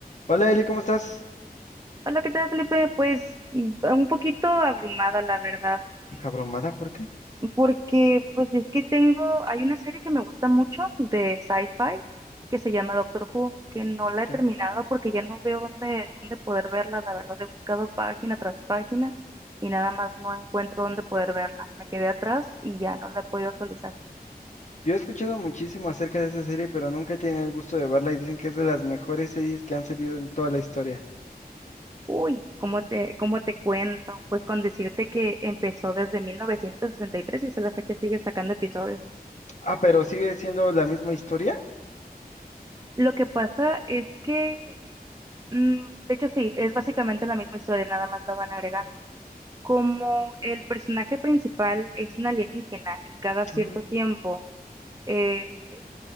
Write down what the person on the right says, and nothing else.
Hola, ¿qué tal, Felipe? Pues mm, un poquito abrumada, la verdad,
porque pues es que tengo, hay una serie que me gusta mucho de sci-fi que se llama Doctor Who, que no la
he terminado porque ya no veo dónde, dónde poder verla, la verdad, he buscado página tras página y nada más no encuentro dónde poder verla. Me quedé atrás y ya no la he podido actualizar.
Uy, ¿cómo te, cómo te cuento? Pues con decirte que empezó desde 1963 y tres y hasta la fecha sigue sacando episodios.
Lo que pasa es que Mm, de hecho, sí, es básicamente la misma historia, nada más la van agregando. Como el personaje principal es un alienígena que cada cierto
tiempo eh,